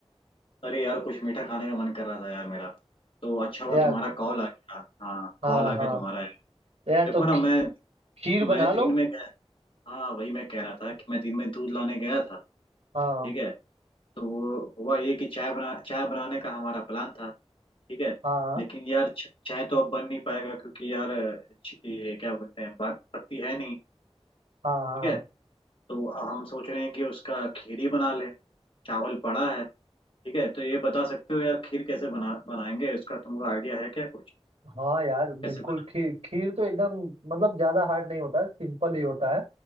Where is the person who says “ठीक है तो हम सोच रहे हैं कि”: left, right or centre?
Left